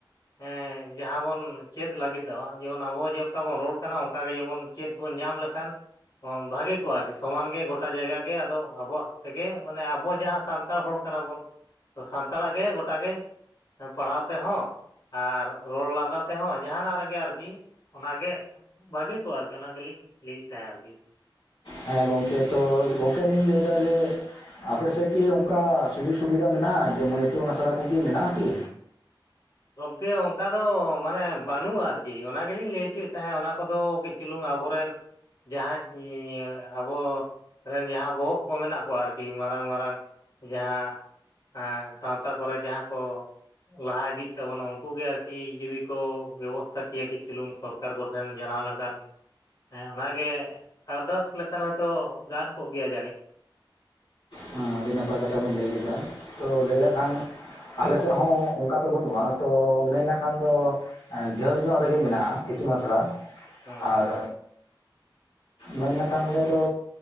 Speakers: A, on the left; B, on the left.
A: ᱦᱮᱸ ᱡᱟᱦᱟᱸ ᱵᱚᱱ ᱪᱮᱫ ᱞᱟᱹᱜᱤᱫᱚᱜ ᱟ ᱡᱮᱢᱚᱱ ᱟᱵᱚ ᱪᱮᱫᱠᱟ ᱵᱚᱱ ᱨᱚᱲ ᱠᱟᱱᱟ ᱚᱱᱠᱟ ᱜᱮ ᱡᱮᱢᱚᱱ ᱪᱮᱫ ᱵᱚᱱ ᱧᱟᱢ <unintelligible> <unintelligible> ᱦᱮᱸ ᱵᱷᱟᱜᱤ ᱠᱚᱜᱼᱟ ᱟᱨᱠᱤ ᱥᱚᱢᱟᱱ ᱜᱮ ᱜᱚᱴᱟ ᱡᱟᱭᱜᱟ ᱜᱮ ᱟᱫᱚ ᱟᱵᱚᱣᱟᱜ ᱛᱮᱜᱮ ᱢᱟᱱᱮ ᱟᱵᱚ ᱡᱟᱦᱟᱸ ᱥᱟᱱᱛᱟᱲ ᱦᱚᱲ ᱠᱟᱱᱟ ᱵᱚᱱ ᱥᱟᱱᱛᱟᱲᱟᱜ ᱜᱮ ᱜᱚᱴᱟ ᱜᱮ ᱯᱟᱲᱦᱟᱣ ᱛᱮᱦᱚᱸ ᱟᱨ ᱨᱚᱲ ᱞᱟᱸᱫᱟ ᱛᱮᱦᱚᱸ ᱡᱟᱦᱱᱟᱜ ᱨᱮᱜᱮ ᱟᱨᱠᱤ ᱚᱱᱟᱜᱮ ᱵᱷᱟᱜᱤ ᱠᱚᱜᱼᱟ ᱟᱨᱠᱤ ᱚᱱᱟ ᱜᱮᱞᱤᱧ ᱞᱟᱹᱭ ᱛᱟᱦᱮᱸᱱᱟ ᱟᱨᱠᱤ᱾
B: ᱦᱮᱸ ᱜᱚᱝᱠᱮ ᱛᱚ ᱜᱚᱝᱠᱮ ᱞᱤᱧ ᱞᱟᱹᱭ ᱫᱟ ᱡᱮ ᱟᱯᱮ ᱥᱮᱫ ᱠᱤ ᱚᱱᱠᱟ ᱥᱩᱡᱳᱜᱽ ᱥᱩᱵᱤᱫᱷᱟ ᱢᱮᱱᱟᱜᱼᱟ ᱡᱮᱢᱚᱱ ᱤᱛᱩᱱ ᱟᱥᱲᱟ ᱠᱚᱜᱮ ᱢᱮᱱᱟᱜᱼᱟ ᱠᱤ?
A: ᱜᱚᱢᱠᱮ ᱚᱱᱠᱟ ᱫᱚ ᱢᱟᱱᱮ ᱵᱟᱹᱱᱩᱜᱼᱟ ᱟᱨᱠᱤ ᱚᱱᱟ ᱜᱮᱞᱤᱧ ᱞᱟᱹᱭ ᱦᱚᱪᱚᱭᱮᱫ ᱛᱟᱦᱮᱸᱫ ᱚᱱᱟ ᱠᱚᱫᱚ ᱠᱟᱹᱡ ᱪᱩᱞᱩᱝ ᱟᱵᱚ ᱨᱮᱱ ᱡᱟᱦᱟᱡ ᱤᱭᱟᱹ ᱟᱵᱚ ᱨᱮᱱ ᱡᱟᱦᱟᱸ ᱵᱚᱦᱚᱜ ᱠᱚ ᱢᱮᱱᱟᱜ ᱠᱚᱣᱟ ᱟᱨᱠᱤ ᱢᱟᱨᱟᱝ ᱢᱟᱨᱟᱝ ᱡᱟᱦᱟᱸ ᱟᱸ ᱥᱟᱶᱛᱟ ᱠᱚᱨᱮ ᱡᱟᱦᱟᱸ ᱠᱚ ᱞᱟᱦᱟ ᱤᱫᱤ ᱛᱮ ᱵᱚᱱ ᱩᱱᱠᱩ ᱜᱮ ᱟᱨᱠᱤ ᱡᱩᱫᱤ ᱠᱚ ᱵᱮᱵᱚᱥᱛᱷᱟ ᱠᱮᱭᱟ ᱠᱤ ᱪᱩᱞᱩᱝ ᱥᱚᱨᱠᱟᱨ ᱠᱚᱴᱷᱮᱱ ᱡᱟᱱᱟᱣ ᱞᱮᱠᱷᱟᱱ ᱦᱮᱸ ᱚᱱᱟ ᱜᱮ ᱟᱨᱫᱟᱥ ᱞᱮᱠᱟᱱ ᱦᱚᱭᱛᱚ ᱜᱟᱱ ᱠᱚᱜ ᱜᱮᱭᱟ ᱡᱟᱹᱱᱤᱡ
B: ᱦᱮᱸ ᱟᱹᱰᱤ ᱱᱟᱯᱟᱭ ᱠᱟᱛᱷᱟ ᱵᱤᱱ ᱞᱟᱹᱭ ᱠᱮᱫᱟ ᱛᱚ ᱞᱟᱹᱭ ᱞᱮᱠᱷᱟᱱ ᱟᱞᱮ ᱥᱮᱫ ᱦᱚᱸ ᱚᱱᱠᱟ ᱫᱚ ᱵᱟᱹᱱᱩᱜᱼᱟ ᱛᱚ ᱢᱮᱱᱞᱮᱠᱷᱟᱱ ᱫᱚ ᱮᱸ ᱡᱷᱟᱹᱞ ᱧᱚᱜ ᱨᱮᱜᱮ ᱢᱮᱱᱟᱜᱼᱟ ᱤᱛᱩᱱ ᱟᱥᱲᱟ
A: ᱦᱮᱸ
B: ᱟᱨ ᱢᱮᱱ ᱜᱟᱛᱷᱟ ᱱᱚᱸᱰᱮ ᱫᱚ